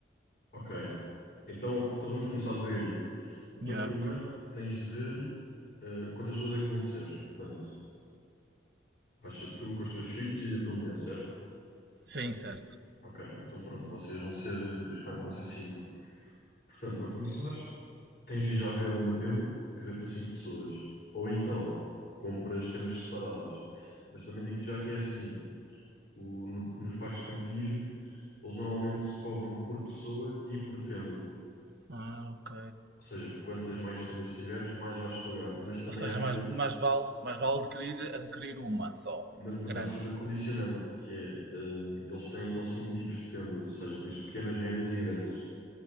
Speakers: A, on the left (about 50°); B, on the right (about 65°).
A: Ok, então, então vamos começar devagarinho. Então
B: Yeah.
A: primeiro tens de ver eh, quantas pessoas é que vão ser. Portanto, vais ser tu com os teus filhos e a tua mulher, certo?
B: Sim, certo.
A: Ok, então pronto, vocês vão ser eh, três, quatro, vão ser cinco. Portanto, para começar... tens de já ver uma tenda que dê para cinco pessoas. Ou então, compras tendas separadas. Mas também digo-te já que é assim, o- no- nos parques de campismo, eles normalmente cobram por pessoa e por tenda.
B: Ah, ok.
A: Ou seja, quantas mais tendas tiveres, mais vais pagar. Mas também
B: Ou seja,
A: há aqui
B: mais,
A: outra,
B: mais vale, mais vale adquirir, adquirir uma só,
A: ma- mas,
B: grande.
A: há aqui outra condicionante, que é, hum, eles têm, eles têm tipos de tendas, ou seja, tens pequenas, médias e grandes.